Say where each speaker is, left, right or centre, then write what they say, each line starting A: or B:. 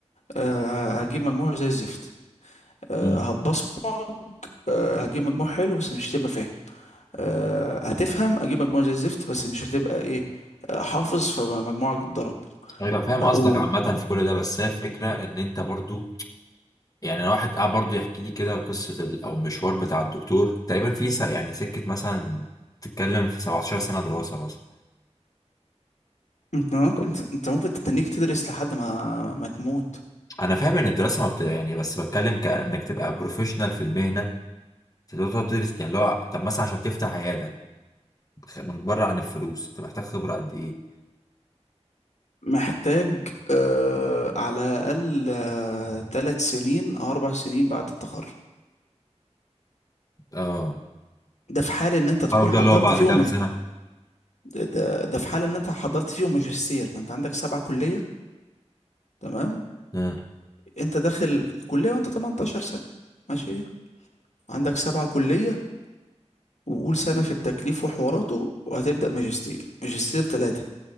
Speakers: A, on the left; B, on the left.
A: أه هتجيب مجموع زي الزفت أه
B: مم.
A: هتبصمج أه هتجيب مجموع حلو بس مش هتبقى فاهم أه هتفهم هتجيب مجموع زي الزفت بس مش هتبقى ايه آه، حافظ فمجموعك اتضرب
B: ايوه فاهم
A: ف...
B: قصدك
A: و...
B: عامة في كل ده بس هي الفكرة ان انت برضو يعني انا واحد قاعد برضو يحكي لي كده قصة ال- او مشوار بتاع الدكتور تقريبا في س- يعني سكة مثلا تتكلم في 17 سنة دراسة مثلا
A: انت ممكن انت ممكن تتنيك تدرس لحد ما ما تموت
B: انا فاهم ان الدراسة ما بت... يعني بس بتكلم كانك تبقى بروفيشنال في المهنة تقدر تقعد تدرس يعني اللي هو طب مثلا عشان تفتح عيادة خ- من بره عن الفلوس انت محتاج خبرة قد ايه
A: محتاج آه على الأقل آه تلات سنين أو أربع سنين بعد التخرج
B: اه
A: ده في حال إن أنت
B: التخرج
A: تكون حضرت
B: ده اللي هو بعد
A: فيهم
B: كام
A: مج...
B: سنة
A: ده, ده ده في حال إن أنت حضرت فيهم ماجستير ما أنت عندك سبعة كلية تمام
B: اه
A: أنت داخل كلية وأنت 18 سنة ماشي عندك سبعة كلية وقول سنة في التكليف وحواراته وهتبدأ ماجستير ماجستير تلاتة